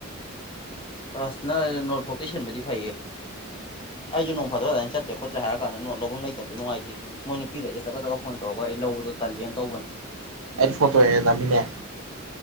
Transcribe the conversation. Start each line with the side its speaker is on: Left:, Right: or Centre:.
Left: ꯑꯁ ꯅꯪ ꯅꯣꯔꯠꯐꯥꯎꯇ ꯁꯤꯟꯕꯗꯤ ꯐꯩꯌꯦ ꯑꯩꯁꯨ ꯅꯣꯡ ꯐꯗꯕ ꯑꯗꯨꯥꯏꯅ ꯆꯠꯇ꯭ꯔꯦ ꯈꯣꯠꯇ꯭ꯔꯦ ꯍꯥꯏꯔ ꯀꯥꯟꯗ ꯅꯣ ꯂꯧꯕꯝ ꯂꯩꯕꯗꯣ ꯅꯨꯡꯥꯏꯇꯦ ꯃꯣꯏ ꯅꯨꯄꯤꯈꯩꯗ ꯆꯠꯂ ꯆꯠ ꯐꯣꯟ ꯇꯧꯔꯒ ꯍꯣꯏ ꯑꯩ ꯂꯧꯕꯗꯣ ꯇꯜꯂꯦꯅ ꯇꯧꯕꯅꯦ
Right: ꯑꯩꯗꯤ ꯐꯣꯇꯣ ꯅꯃꯤꯅꯦ